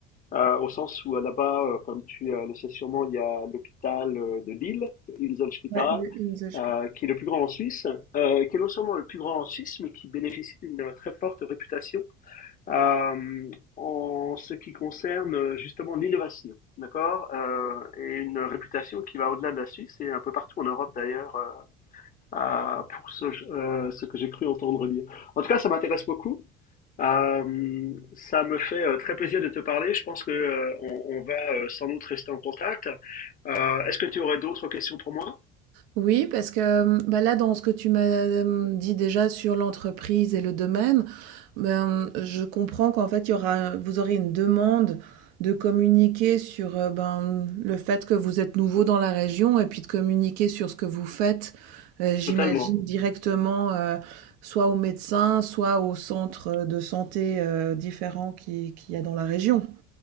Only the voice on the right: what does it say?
Ouais, le Inselspiel.
Oui, parce que euh, bah là, dans ce que tu m'as euh, dit déjà sur l'entreprise et le domaine, ben, je comprends qu'en fait, il y aura, vous aurez une demande de communiquer sur euh, ben, le fait que vous êtes nouveau dans la région et puis de communiquer sur ce que vous faites, euh, j'imagine
directement, euh, soit aux médecins, soit aux centres de santé euh, différents qui- qu'il y a dans la région.